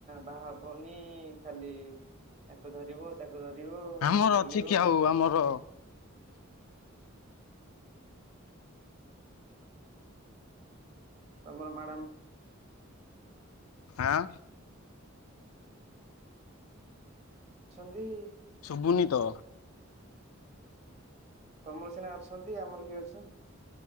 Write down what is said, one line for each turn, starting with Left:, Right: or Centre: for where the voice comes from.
Right: ବାହା ହବନି ଖାଲି କୁ ଧରିବ ତାକୁ ଧରିବ
Left: ଆମର
Right: ବୁଲିବ।
Left: ଅଛି କି ଆଉ ଆମର
Right: ତମର ମ୍ୟାଡ଼ାମ
Left: ଆଁ।
Right: ଅଛନ୍ତି
Left: ସୁଭୁନି ତ।
Right: ତମର ସିନା ଅଛନ୍ତି ଆମର କିଏ ଅଛନ୍ତି।